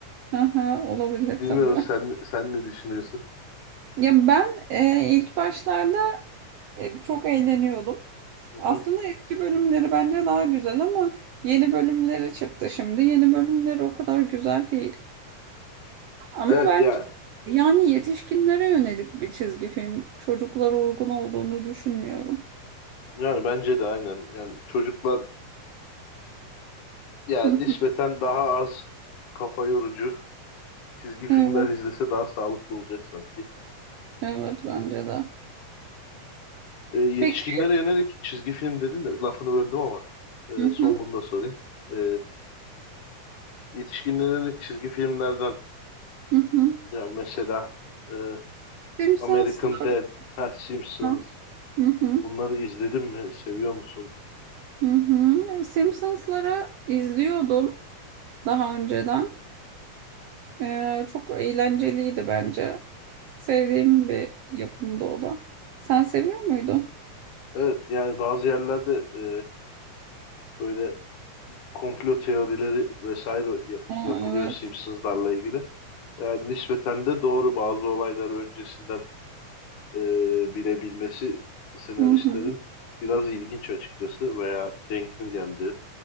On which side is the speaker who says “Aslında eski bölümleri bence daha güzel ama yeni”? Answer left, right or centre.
Right